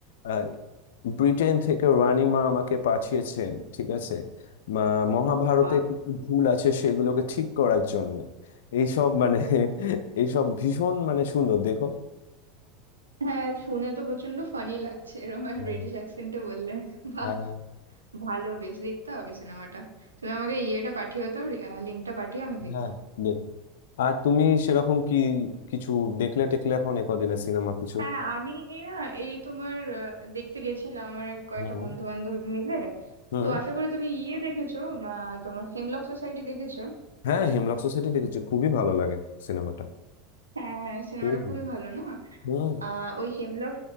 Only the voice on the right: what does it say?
বাহ
হ্যাঁ শুনে তো প্রচন্ড ফানি লাগছে এরকম
ব্রিটিশ অ্যাকসেন্টে বললে বাহ
ভালো বেশ দেখতে হবে সিনেমাটা তুমি আমাকে ইয়েটা পাঠিও তো লিঙ্কটা পাঠিয়ে আমি দেখবো
হ্যাঁ আমি না এই তোমার আহ, দেখতে গেছিলাম আমার এক কয়েকটা
বন্ধু বান্ধব মিলে
তো আশা করি তুমি ইয়ে দেখেছো আহ, তোমার হেমলক সোসাইটি দেখেছো
হ্যাঁ সিনেমাটা
খুবই
ভালো না
আহ ওই হেমলক